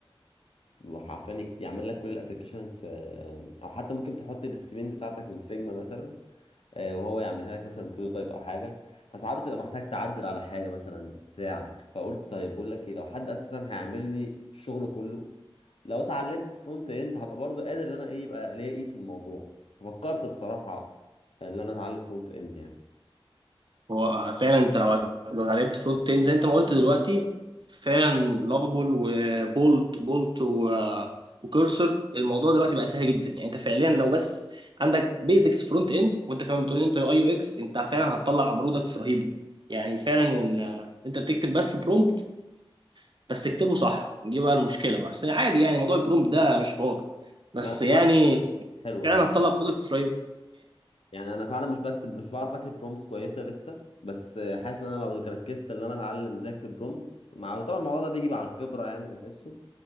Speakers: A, on the left (about 80°); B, on the right (about 55°).
A: وحرفيا يك- يعمل لك كل الابلكيشن في أو حتى ممكن تحط السكرينز بتاعتك من فيجما مثلا آه، وهو يعملها لك مثلا بروتوتايب او حاجه فساعات بتبقى محتاج تعدل على حاجه مثلا بتاع فقلت طيب بقول لك ايه لو حد اساسا هيعمل لي الشغل كله لو اتعلمت فرونت اند هبقى برضو قادر ان انا ايه يبقى ليا ايد في الموضوع ففكرت بصراحه آه، ان انا اتعلم فرونت اند يعني
B: هو فعلا انت لو لو لعبت فرونت اند زي انت ما قلت دلوقتي فعلا لافابول وبولت بولت و- وكورسر الموضوع دلوقتي بقى سهل جدا يعني انت فعليا لو بس عندك بيزكس فرونت اند وانت كمان بتقول ان انت يو اي يو اكس انت فعلا هتطلع برودكت رهيبه يعني فعلا ان آه، انت تكتب بس برومبت بس تكتبه صح دي بقى المشكله بقى. بس عادي يعني موضوع البرومبت ده مش حوار بس
A: ما انا
B: يعني
A: فعلا حاسس حلوه
B: فعلا هتطلع برودكت رهيب
A: يعني انا فعلا مش بكتب مش بعرف اكتب برومتس كويسه لسه بس آه، حاسس ان انا لو ركزت ان انا اتعلم ازاي اكتب برومت مع طبعا الموضوع ده بيجي مع الخبره يعني بحسه